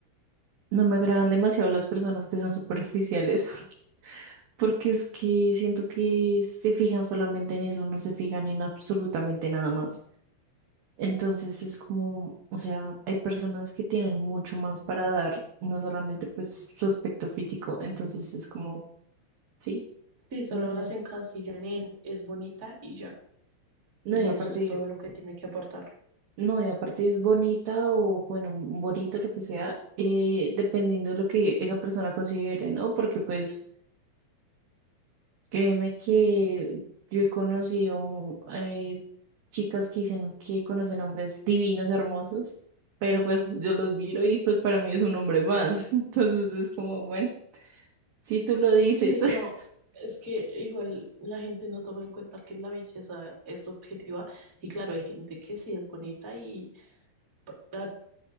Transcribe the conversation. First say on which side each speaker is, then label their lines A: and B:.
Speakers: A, on the right; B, on the right.
A: no me agradan demasiado las personas que son superficiales, <laughs> porque es que siento que se fijan solamente en eso, no se fijan en absolutamente nada más. Entonces es como, o sea, hay personas que tienen mucho más para dar, no solamente pues su aspecto físico, entonces es como, sí,
B: Sí, solo
A: no sé.
B: las encasillan en es bonita y ya,
A: No,
B: y
A: y aparte,
B: eso es todo lo que tiene que aportar.
A: No, y aparte es bonita o, bueno, bonita lo que sea, eh, dependiendo de lo que esa persona considere, ¿no? Porque pues créeme que yo he conocido mm, eh, chicas que dicen que conocen hombres divinos, hermosos, pero pues yo los miro y pues para mí es un hombre más. <laughs> Entonces es como, bueno, si tú lo dices.
B: Sí,
A: <laughs>
B: no, es que igual la gente no toma en cuenta que la belleza es subjetiva y claro, hay gente que sí es bonita y pa- a